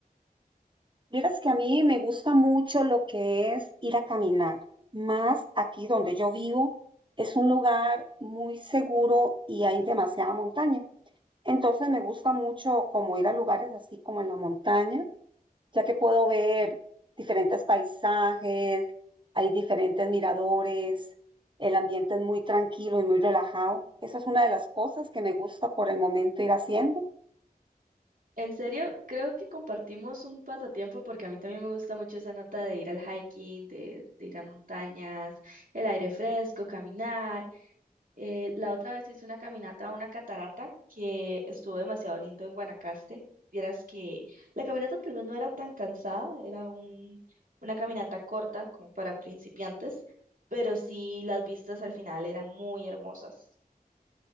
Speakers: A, on the right; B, on the right.
A: Vieras que a mí me gusta mucho lo que es ir a caminar, más aquí donde yo vivo. Es un lugar muy seguro y hay demasiada montaña. Entonces me gusta mucho como ir a lugares así como en la montaña, ya que puedo ver diferentes paisajes, hay diferentes miradores, el ambiente es muy tranquilo y muy relajado. Esa es una de las cosas que me gusta por el momento ir haciendo.
B: En serio, creo que compartimos un pasatiempo porque a mí también me gusta mucho esa nota de ir al hiking, de, de ir a montañas, el aire fresco, caminar. Eh, la otra vez hice una caminata a una catarata que estuvo demasiado lindo en Guanacaste. Vieras que la caminata tal vez no era tan cansada, era un, una caminata corta como para principiantes, pero sí las vistas al final eran muy hermosas.